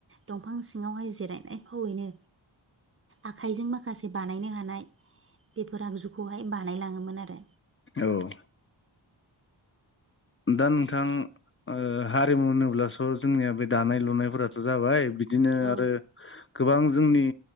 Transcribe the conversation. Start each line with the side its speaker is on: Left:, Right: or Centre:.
Right: दंफां सिङावहाय जिरायनाय फावैनो आखाइजों माखासे बानायनो हानाय बेफोर आगजुखौहाय बानायलाङो मोन आरो
Left: औ दा नोंथां हारिमु होनोब्लास' जोंनिया बे दानाय लुनायफोराथ' जाबाय बि बिदिनो
Right: औ
Left: आरो गोबां जोंनि